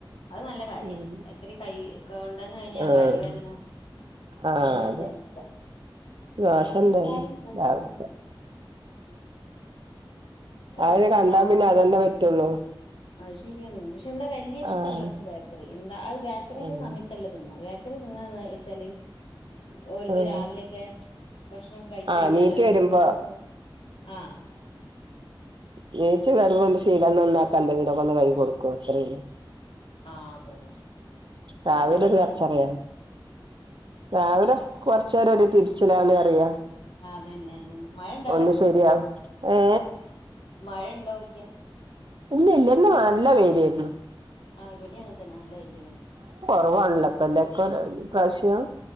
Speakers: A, on the left (about 75°); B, on the right (about 65°).
A: അത് നല്ല കാര്യാ.
B: ഉം
A: ബേക്കറി കൈ കൊണ്ടന്ന് കഴിഞ്ഞാ
B: ആഹ്
A: വയറുവേദന
B: ആഹ്
A: അനെ എവിടത്തെ
B: അതെ
A: അവസ്ഥ
B: ദോശ
A: കയി പ്പിച്ചാലും
B: ഉണ്ടായിന്
A: പ്രശ്നാണ്.
B: രാവിലത്തെ അത്
A: വിളിച്ചിട്ട്
B: കണ്ടാ
A: ആ
B: പിന്നെ അതന്നെ പറ്റുള്ളൂ
A: അത് ശരിയാണ് പക്ഷെ ഇവിടെ വലിയ ഇഷ്ടമല്ല
B: ആഹ്
A: ഇപ്പൊ ബേക്കറി എന്താ അത് ബേക്കറിന്റെ
B: ആഹ്
A: സമയത്ത്ല്ല ന്നാ ചക്കറി തിന്ന വെച്ചാല് അവക്ക്
B: ആഹ്
A: രാവിലെയക്കെ ഭക്ഷണൊക്കെ കഴിച്ച
B: ആഹ്
A: കഴിഞ്ഞാല്
B: നീറ്റ് വരുമ്പോ
A: ഉച്ചക്ക് ഭക്ഷണം ആഹ
B: ജേച്ചി വരുമ്പോ ശീലം എന്ന ഒന്നാക്ക എന്തെങ്കിലുമ ഒക്കെ ഒന്ന് കൈ കൊടുക്കോ അത്രല്ല
A: ആ അതന്നെ
B: രാവിലെരു
A: അതന്നെ ഇവിടുത്തെ
B: കച്ചറ
A: ആഹാരം
B: യാണ് രാവിലെ കൊറച്ചുപേര ഒരു തിരിച്ചിലാവണേ അറിയാം
A: ആ അതന്നെ അതന്നെ മഴ ഉണ്ടോ
B: ഒന്ന് ശരിയാവും ഏ
A: മഴയ ഉണ്ടോോയ്ിക്ക
B: ഇല്ല ഇല്ല ഇന്ന് നല്ല വൈലാ യിരുന്നു
A: ആഹ് ഇവിടെ അങ്ങനെ തന്നെ നല്ല വല
B: കുറവാണല്ലപ്പല്ലക്ക പ്രാവശ്യം